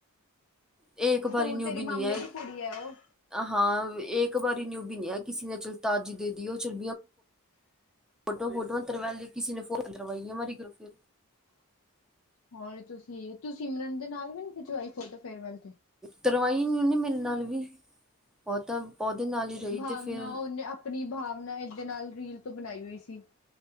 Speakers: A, in the centre; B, on the left (about 65°).
A: ਇਹ ਇੱਕ
B: ਤੂੰ
A: ਵਾਰੀ ਨਿਊ
B: ਤੇਰੀ
A: ਵੀ ਨ
B: ਮਾਮੇ
A: ਹੈ।
B: ਦੀ ਕੁੜੀ ਹੈ ਉਹ।
A: ਹਾਂ। ਇਹ ਇੱਕ ਵਾਰੀ ਨਿਊ ਵੀ ਨ ਕਿਸੇ ਨੇ ਚੱਲ ਤਾਜ਼ੀ ਦੇ ਦੀ ਉਹ ਚੱਲ ਫੋਟੋ- ਫੋਟੋਆਂ ਤਵਾ ਲ ਲਈ ਕਿਸੇ ਨੇ <unintelligible> ਫੋਵਾ ਮਲ ਫਿਰ
B: ਹੋਰ ਤੁਸੀਂ ਸਿਮਰਨ ਦੇ ਨਾਲ ਵੀ ਨੀ ਖਿਚਵਾਈ ਫੋਟੋ ਫੇਰਵੈੱਲ ਤੇ।
A: ਤਰਵਾਈ ਨੀ ਉਹਨੇ ਮੇਰੇ ਨਾਲ ਵੀ। ਬਹੁ ਤਾਂ ਉਦੇ ਨਾਲ ਹੀ ਰਹੀ
B: ਭਾਵਨਾ
A: ਤੇ ਫੇਰ
B: ਉਹਨੇ ਆਪਣੀ ਭਾਵਨਾ ਏਦੇ ਨਾਲ ਰੀਲ ਤੋਂ ਬਣਾਈ ਹੋਈ ਸੀ।